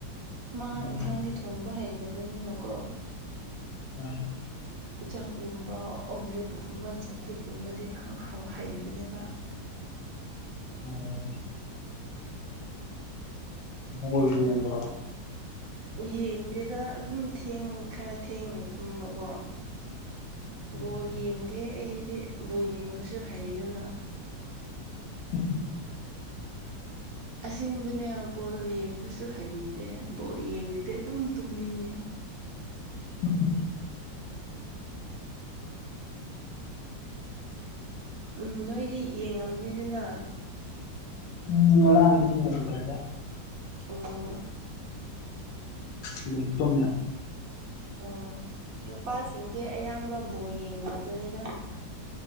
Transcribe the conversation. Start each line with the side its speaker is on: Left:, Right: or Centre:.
Right: ꯃꯥ
Left: ꯎꯝ
Right: ꯏꯟꯁꯥꯡꯗꯤ ꯊꯣꯡꯕ ꯍꯩꯗꯕꯅꯤꯅꯀꯣ
Left: ꯎꯝ <inaudible>
Right: ꯆꯥꯛꯒꯨꯝꯕ ꯑꯣꯝꯂꯦꯠꯀꯨꯝꯕ ꯆꯝꯐꯨꯠꯀꯨꯝꯕꯗꯤ ꯍꯩꯕꯅꯦꯕ <unintelligible> <inaudible>
Left: ꯑꯣꯝ <inaudible>
Right: <unintelligible> <inaudible>
Left: ꯣꯔꯒꯤꯕ꯭ꯔ
Right: <unintelligible> <inaudible> ꯌꯦꯡꯗꯦꯗ ꯑꯗꯨꯝꯦꯡ ꯈꯔ ꯊꯦꯡꯅ ꯇꯨꯝꯕꯀꯣ
Left: ꯎꯝ
Right: ꯕꯣꯜ ꯌꯦꯡꯗꯦ ꯑꯩꯗꯤ ꯕꯣꯜ ꯌꯦꯡꯕꯁꯨ ꯍꯩꯗꯅ
Left: ꯎꯝ
Right: ꯑꯁꯦꯡꯕꯅꯦ ꯕꯣꯜ ꯌꯦꯡꯕꯁꯨ ꯍꯩꯇꯦ ꯕꯣꯜ ꯌꯦꯡꯉꯗꯤ ꯑꯗꯨꯝ ꯇꯨꯝꯅꯤꯡꯉꯦ
Left: ꯑꯣꯣꯏ
Right: ꯎꯝ ꯅꯣꯏꯗꯤ ꯌꯦꯡꯉꯝꯅꯤꯗꯅ
Left: ꯎꯝ ꯌꯥꯔ꯭ꯔꯦꯗ
Right: ꯑꯣꯝ
Left: ꯑꯗꯨꯝ ꯇꯨꯝꯃꯦ
Right: ꯑꯣ ꯅꯨꯄꯥꯁꯤꯡꯗꯤ ꯑꯌꯥꯝꯕꯕꯨ ꯌꯦꯡꯉꯕꯅꯤꯗ